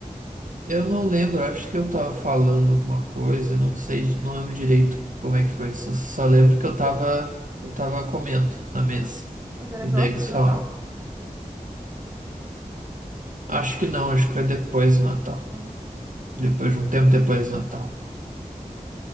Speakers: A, on the right; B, on the right.
A: Eu não lembro, acho que eu tava falando alguma coisa, eu não sei, di- não lembro direito como é que foi, só, só lembro que eu tava, eu tava comendo na mesa.
B: Mas era
A: E
B: próximo
A: daí eles
B: do
A: falaram.
B: Natal?
A: Acho que não, acho que foi depois do Natal.
B: Hum.
A: Depois de um tempo depois do Natal.